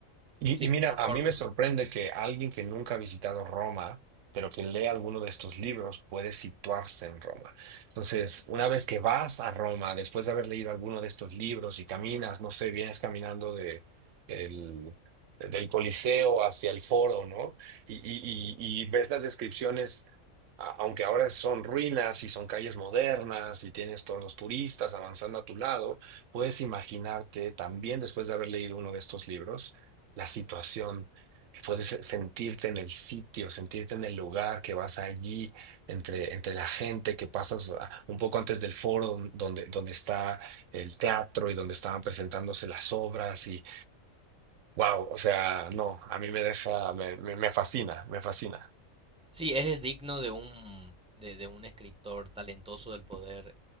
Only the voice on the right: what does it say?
Y,
y mira,
a
mí me sorprende que alguien que nunca ha visitado Roma, pero que lee alguno de estos libros, puede situarse en Roma. Entonces, una vez que vas a Roma, después de haber leído alguno de estos libros y caminas, no sé, vienes caminando de el- del Coliseo hacia el Foro, ¿no? Y, y- y- y ves las descripciones, a- aunque ahora son ruinas y son calles modernas y tienes todos los turistas avanzando a tu lado, puedes imaginarte también después de haber leído uno de estos libros la situación, puedes sentirte en el sitio, sentirte en el lugar que vas allí, entre, entre la gente que pasas ah, un poco antes del foro donde, donde está el teatro y donde estaban presentándose las obras y wow, o sea, no, a mí me deja, me, me, me fascina, me fascina.